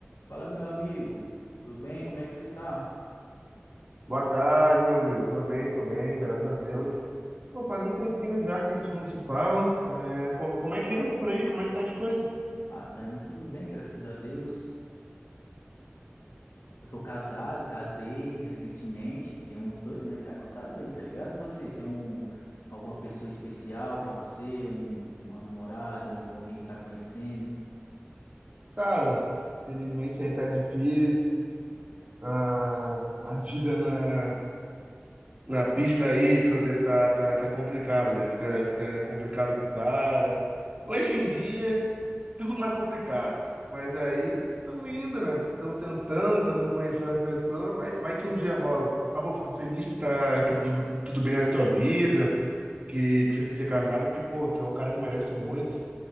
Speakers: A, on the left; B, on the right.
A: Fala, meu amigo, tudo bem? Como é que você tá?
B: Boa tarde, meu amigo. Tô bem, tô bem, graças a Deus. Pô, faz um tempinho já que a gente não se fala. É, como, como é que anda por aí? Como é que tá as coisas?
A: Ah, tá indo tudo bem, graças a Deus. Eu tô casado, casei recentemente, tem uns dois meses já que eu casei, tá ligado? Você tem um, alguma pessoa especial pra você, um, uma namorada, um- alguém que tá conhecendo?
B: Cara, felizmente aí tá difícil. A, a vida na, na pista aí de solteiro tá, tá, tá complicado, né? Fica, fica complicado pro cara. Hoje em dia. tudo mais complicado. Mas aí estamos indo, né? Estamos tentando, estamos conhecendo as pessoas, vai, vai que um dia rola. Ah, pô, fico feliz que tá, tá tudo, tudo bem na tua vida, que, que você esteja casado, porque, pô, tu é um cara que merece muito.